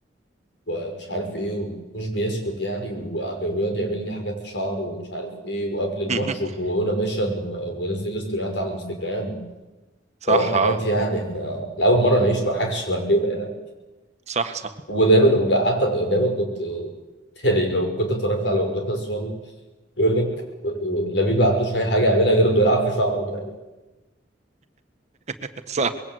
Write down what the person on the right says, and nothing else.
<laughs>
صح
اه
صح صح
<laughs> صح